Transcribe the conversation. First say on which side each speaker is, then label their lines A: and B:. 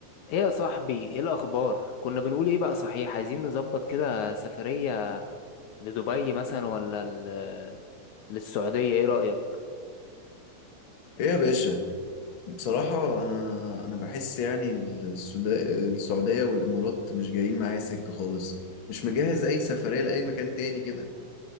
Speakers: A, on the left (about 75°); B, on the left (about 50°).
A: ايه يا صاحبي ايه الاخبار كنا بنقول ايه بقى صحيح عايزين نظبط كده سفرية لدبي مثلا ولا ل- للسعودية ايه رأيك
B: ايه يا باشا بصراحة انا انا بحس يعني السودا- السعودية والامارات مش جايين معايا سكة خالص مش مجهز اي سفرية لاي مكان تاني كده